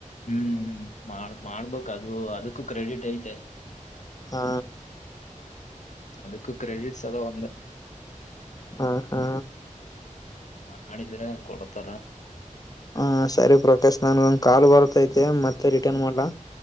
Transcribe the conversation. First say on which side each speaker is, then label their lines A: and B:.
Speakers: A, on the left (about 65°); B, on the left (about 30°).
A: ಹ್ಮ್ ಮಾಡ ಮಾಡ್ಬೇಕ ಅದು ಅದಕ್ಕ ಕ್ರೆಡಿಟ್ ಐತೆ
B: ಹಾ
A: ಅದಕ್ಕ ಕ್ರೆಡಿಟ್ಸ್ ಅದೋ ಒಂದ
B: ಹಾ ಹಾ
A: ಮಾಡಿದ್ರಏನ್ ಕೊಡ್ತಾರ
B: ಹ ಸರಿ ಪ್ರಕಾಶ್ ನನ್ಗ ಒಂದ್ ಕಾಲು ಬರ್ತೈತೆ ಮತ್ತೆ ರಿಟರ್ನ್ ಮಾಡ್ಲಾ